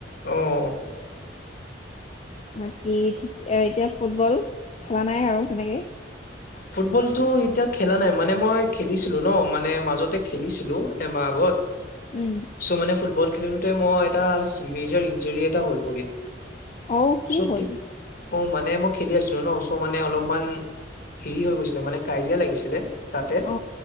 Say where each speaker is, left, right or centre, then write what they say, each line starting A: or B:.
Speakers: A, on the left (about 55°); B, on the left (about 35°).
A: আহ
B: বাকী ঠিক এতিয়া ফুটবল খেলা নাই আৰু তেনেকে
A: ফুটবলটো এতিয়া খেলা নাই মানে মই খেলিছিলো ন মানে মাজতে খেলিছিলো এমাহ আগত
B: উম
A: চ মানে ফুটবল খেলোতে মই এটা মেজাৰ ইঞ্জাৰী এটা হ'ল ভৰিত
B: অ কি
A: চ'
B: হ'ল
A: তি- অ মানে মই খেলি আছিলো ন ত মানে অলপমান হেৰি হৈ গৈছিলে মানে কাজিয়া লাগিছিলে তাতে
B: অ